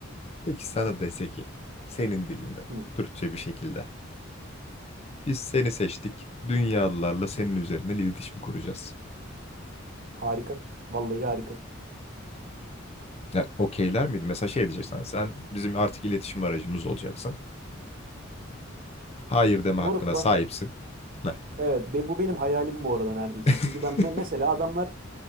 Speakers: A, on the left; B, on the right.
A: Peki sana dese ki senin dilinde,
B: Hı,
A: Türkçe bir şekilde. Biz seni seçtik. Dünyalılarla senin üzerinden iletişim kuracağız.
B: harika. Vallahi harika.
A: Ya okeyler miydi? Mesela şey diyecek Sen bizim artık iletişim aracımız olacaksın. Hayır deme
B: Moruk
A: hakkına
B: ben
A: sahipsin. Ne?
B: evet be- bu benim hayalim bu arada neredeyse.
A: <laughs>
B: Çünkü ben me- mesela adamlar